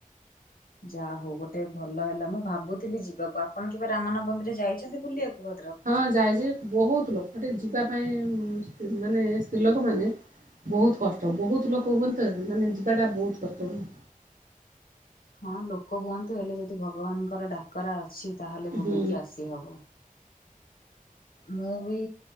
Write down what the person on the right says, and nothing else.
ହଁ ଯାଇଛି ବହୁତ ଲୋକ ସେଠି ଯିବା ପାଇଁ ମାନେ ସ୍ତ୍ରୀ ଲୋକମାନେ ବହୁତ କଷ୍ଟ ବହୁତ ଲୋକ ହୁଅନ୍ତି ତ ମାନେ ଯିବାଟା ବହୁତ କଷ୍ଟ ହୁ
ହୁଁ